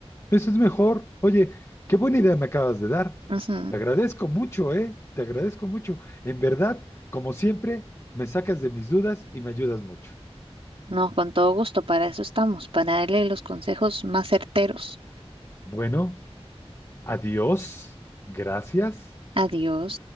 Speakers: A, on the left; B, on the right.
A: eso es mejor. Oye, qué buena idea me acabas de dar.
B: Ujú.
A: Te agradezco mucho, ¿eh? Te agradezco mucho. En verdad, como siempre, me sacas de mis dudas y me ayudas mucho.
B: No, con todo gusto, para eso estamos, para darle los consejos más certeros.
A: Bueno, adiós. Gracias.
B: Adiós.